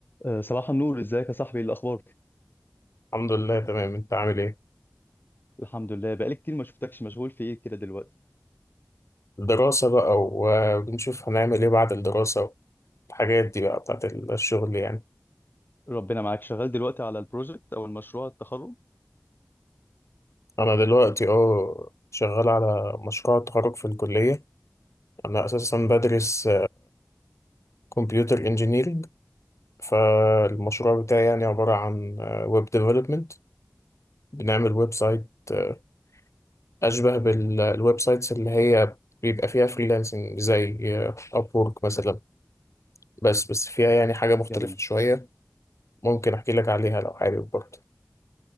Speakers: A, on the left; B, on the left.
A: أه، صباح النور ازيك يا صاحبي ايه الاخبار
B: الحمد لله تمام انت عامل ايه
A: الحمد لله بقالي كتير ما شفتكش مشغول في ايه كده دلوقتي
B: الدراسة بقى وبنشوف هنعمل ايه بعد الدراسة والحاجات دي بقى بتاعت الشغل يعني
A: ربنا معاك شغال دلوقتي على البروجكت او المشروع التخرج
B: انا دلوقتي اه شغال على مشروع التخرج في الكلية انا اساسا بدرس كمبيوتر انجينيرينج فالمشروع بتاعي يعني عبارة عن ويب ديفلوبمنت بنعمل ويب سايت آه، اشبه بالويب سايتس اللي هي بيبقى فيها فريلانسنج زي ابورك مثلا بس بس فيها يعني حاجة مختلفة
A: جميل
B: شوية ممكن احكي لك عليها لو حابب برضه